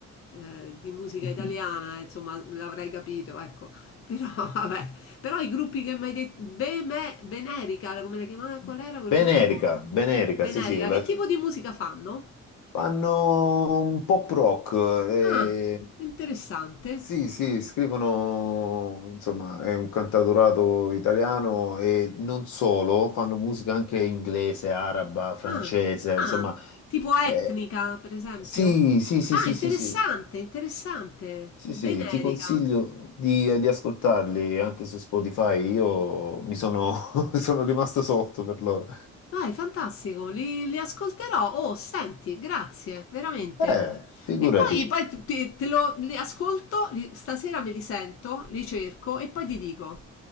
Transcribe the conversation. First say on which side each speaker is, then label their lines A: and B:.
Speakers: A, on the left; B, on the left.
A: eh, di musica italiana, insomma, l'avrei capito, ecco. Però <laughs> vabbè, però i gruppi che mi hai detto, Beme- Benerica, come la chiamava? Qual era quel
B: Benerica,
A: gruppo?
B: Benerica,
A: Venerica,
B: sì, sì, la-
A: che tipo di musica fanno?
B: fanno un pop rock, eh,
A: Ah, interessante.
B: sì, sì, scrivono, insomma, è un cantautorato italiano e non solo, fanno musica anche inglese, araba, francese,
A: Ah,
B: insomma,
A: ah, tipo etnica,
B: eh,
A: per esempio?
B: sì, sì, sì,
A: Ah,
B: sì,
A: interessante,
B: sì, sì.
A: interessante.
B: Sì,
A: Venerica.
B: sì, ti consiglio di, di ascoltarli anche su Spotify. Io mi sono, <laughs> sono rimasto sotto per loro.
A: Vai, fantastico, li, li ascolterò. Oh, senti, grazie, veramente.
B: Eh, figurati.
A: E poi, poi te, te lo, li ascolto, li- stasera me li sento, li cerco e poi ti dico.